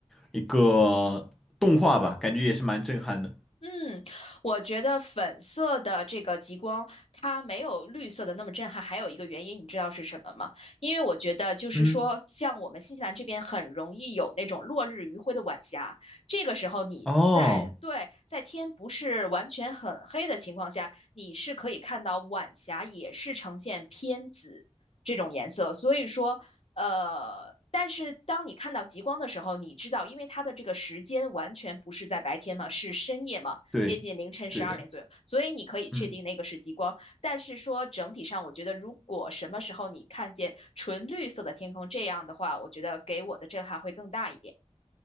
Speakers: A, in the centre; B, on the left (about 60°).
A: 一个动画吧，感觉也是蛮震撼的。
B: 嗯，我觉得粉色的这个极光，它没有绿色的那么震撼。还有一个原因，你知道是什么吗？因为我觉得就是说，
A: 嗯，
B: 像我们新西兰这边很容易有那种落日余晖的晚霞，这个时候你在，
A: 哦，
B: 对，在天不是完全很黑的情况下，你是可以看到晚霞也是呈现偏紫这种颜色。所以说，呃，但是当你看到极光的时候，你知道，因为它的这个时间完全不是在白天嘛，是深夜嘛，
A: 对，
B: 接近凌晨十二点左右，
A: 对的。
B: 所以你可以确定那个是极光。
A: 嗯。
B: 但是说整体上，我觉得如果什么时候你看见纯绿色的天空这样的话，我觉得给我的震撼会更大一点。